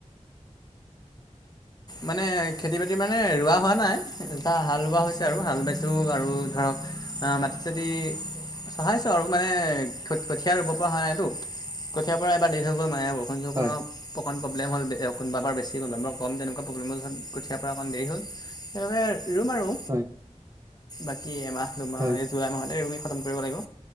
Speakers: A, on the right; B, on the left.
A: <inaudible>
B: মানে খেতি বাতি মানে ৰোৱা হোৱা নাই এটা হাল ৰোৱা হৈছে আৰু হাল বাইছোঁ আৰু ধৰক মাটি চতি চহাইছো আৰু মানে কঠীয়া ৰুব পৰা হোৱা নাই কঠিয়াৰ পৰা এবাৰ দেৰি হৈ গৈ মাৰে বু
A: হয়
B: য অকণ প্ৰব্লেম হ'ল কোনোবা বেছি কোনোবাৰ ক তেকুৱা প্ৰব্লেমৰ যছ কঠাৰ পৰা অকণ দেৰি হ'লেইবাবে ৰুম আৰু
A: হয়
B: বাকী এমাহ দুমাহ
A: হয়
B: যোৱাাই মাহতে োগী খতম কৰিব লাগিব